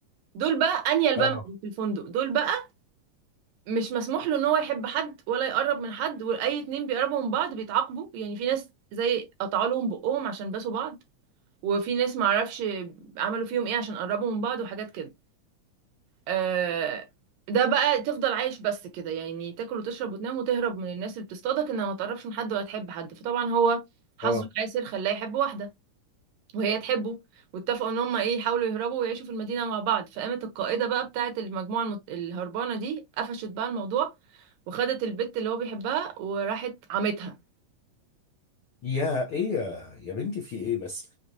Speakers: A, on the right; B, on the left.
A: دول بقى انيل
B: اه
A: بقى من في الفندق دول بقى مش مسموح له ان هو يحب حد ولا يقرب من حد واي اتنين بيقربوا من بعض بيتعاقبوا يعني في ناس زي قطعوا لهم بقهم عشان باسوا بعض وفي ناس معرفش عملوا فيهم ايه عشان قربوا من بعض وحاجات كده آه، ده بقى تفضل عايش بس كده يعني تاكل وتشرب وتنام وتهرب من الناس اللي بتصطادك انها ما تقربش من حد ولا تحب حد فطبعا هو حظه
B: اه
A: العسر خلاه يحب واحده وهي تحبه واتفقوا ان هم ايه يحاولوا يهربوا ويعيشوا في المدينه مع بعض فقامت القائده بقى بتاعه المجموعه المت... الهربانه دي قفشت بقى الموضوع وخدت البت اللي هو بيحبها وراحت عمتها
B: يا ايه يا يا بنتي في ايه بس؟